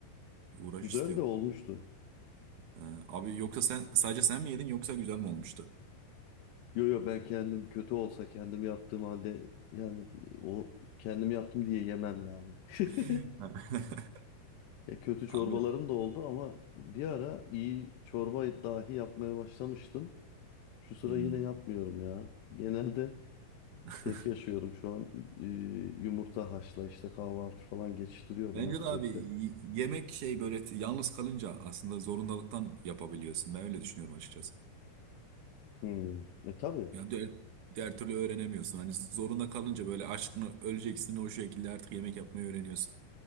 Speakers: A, on the right; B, on the left.
A: bir uğraş
B: Güzel
A: istiyor.
B: de olmuştu.
A: Ee, abi yoksa sen sadece sen mi yedin yoksa güzel mi olmuştu?
B: Yo yo ben kendim kötü olsa kendim yaptığım halde yani o kendim yaptım diye yemem yani. <laughs>
A: <laughs> Ha. <laughs>
B: Ya kötü çorbalarım
A: Abi
B: da oldu ama bir ara iyi çorba dahi yapmaya başlamıştım. Şu sıra
A: hmm.
B: yine yapmıyorum ya. Genelde
A: <laughs>
B: tek yaşıyorum şu an. Ee, yumurta haşla işte kahvaltı falan geçiştiriyorum
A: Bence
B: ya sürekli.
A: de abi y- yemek şey böyle t- yalnız kalınca aslında zorundalıktan yapabiliyorsun. Ben öyle düşünüyorum açıkçası.
B: Hmm. E tabii.
A: Ya diğer, diğer türlü öğrenemiyorsun. Hani zorunda kalınca böyle aşkını öleceksin o şekilde artık yemek yapmayı öğreniyorsun.